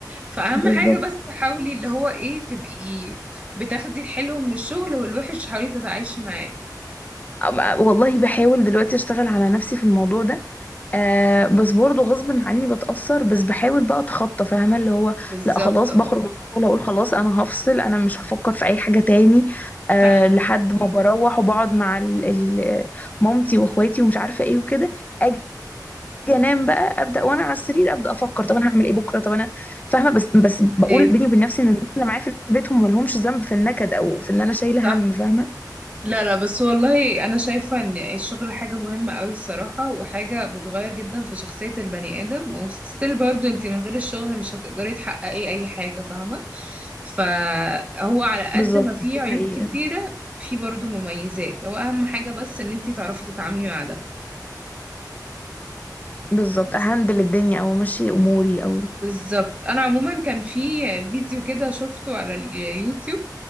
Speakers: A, on the right; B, on the left.
A: فاهم
B: بالظبط
A: حاجه بس حاولي اللي هو ايه تبقي بتاخدي الحلو من الشغل والوحش حاولي تتعايشي معاه
B: أم- والله بحاول دلوقتي اشتغل على نفسي في الموضوع ده آه بس برضه غصب عني بتأثر بس بحاول بقى اتخطى فاهمة اللي هو
A: بالظبط
B: لا خلاص
A: اه
B: بخرج من الشغل اقول خلاص انا هفصل انا مش هفكر في اي حاجة تاني آه
A: صح
B: لحد ما بروح وبقعد مع ال- ال- مامتي واخواتي ومش عارفة ايه وكده اجي انام بقى ابدا وانا على السرير ابدا افكر طب انا هعمل ايه بكره طب انا فاهمه بس بس بقول
A: ايوه
B: بيني وبين نفسي ان الناس اللي معايا في البيت هم مالهمش ذنب في النكد او في ان انا شايله
A: صح
B: هم فاهمه
A: لا لا بس والله انا شايفة ان الشغل حاجة مهمة قوي الصراحة وحاجة بتغير جدا في شخصية البني ادم وستيل برضو انتي من غير الشغل مش هتقدري تحققي اي حاجة فاهمة فهو على قد
B: بالظبط
A: ما فيه
B: دي
A: عيوب
B: حقيقة
A: كتيرة فيه برضو مميزات هو اهم حاجة بس ان انتي تعرفي تتعاملي مع ده
B: بالظبط
A: بس
B: اهندل الدنيا او امشي اموري او
A: بالظبط انا عموما كان في فيديو كده شفته على اليوتيوب